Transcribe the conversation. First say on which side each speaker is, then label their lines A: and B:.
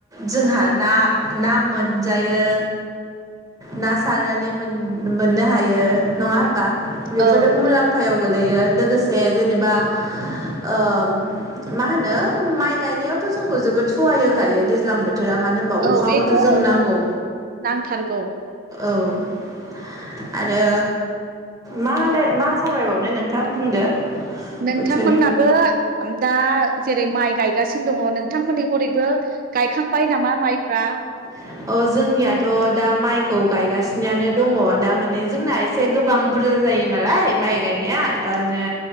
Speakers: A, on the right; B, on the right.
A: जोंहा ना ना मोनजायो ना सारनानै मोन-मोननो हायो नङा होनबा बेफोरो
B: औ
A: मुलाम्फायाव
B: औ
A: गोलैयो लोगोसे जेनेबा ओम मा होनो माइ गायनायावथ जोंखौ जोबोद सहाय होखायो दैज्लां बोथोरा मानो होमबा
B: औ
A: अखाखौथ'
B: बेथ'
A: जोंनो नांगौ
B: नांथारगौ
A: औ आरो मालाय मा सावरायबावनो नोंथां बुंदो
B: नोंथां
A: बोथोरनि
B: मोननाबो दा जेरै माइ गायगासिनो दङ नोंथांमोननि हरैबो गायखांबाय नामा माइफ्रा आ
A: अ जोंनियाथ‌' दा माइखौ गायगासिनोआनो दङ दा माने जोंना एसे गोबां बुरजा जायो नालाय माइ गायनाया ओ नो